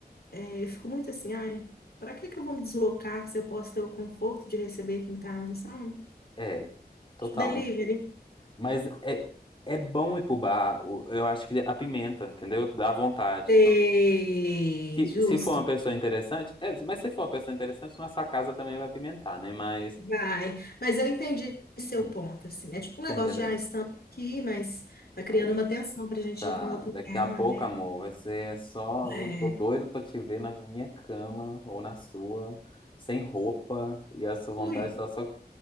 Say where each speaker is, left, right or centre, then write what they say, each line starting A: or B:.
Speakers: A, on the left; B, on the left.
A: É, eu fico muito assim, ai, pra que que eu vou me deslocar se eu posso ter o conforto de receber aqui em casa, sabe?
B: É, total.
A: Delivery.
B: ma- Mas é, é bom ir pro bar. o- Eu acho que apimenta, entendeu? Dá vontade.
A: Sei,
B: Se,
A: justo.
B: se for uma pessoa interessante, é, mas se for uma pessoa interessante, nossa casa também vai pimentar, né? Mas,
A: Vai, mas eu entendi seu
B: hum,
A: ponto, assim. É tipo um
B: você
A: negócio
B: entendeu?
A: de, ah, estamos aqui, mas tá criando
B: É,
A: uma tensão pra gente
B: tá.
A: ir para um outro
B: Daqui
A: lugar,
B: a pouco,
A: né?
B: amor, vai ser só.
A: É.
B: Eu tô doido pra te ver na minha cama ou na sua, sem roupa, e a sua vontade
A: Ui.
B: tá só.